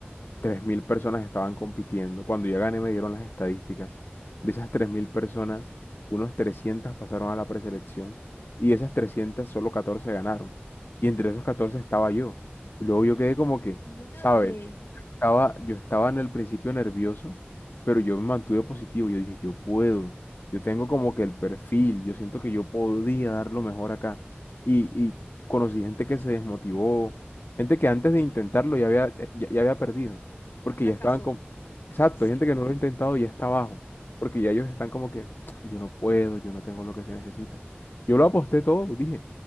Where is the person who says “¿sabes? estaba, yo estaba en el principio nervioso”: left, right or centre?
Left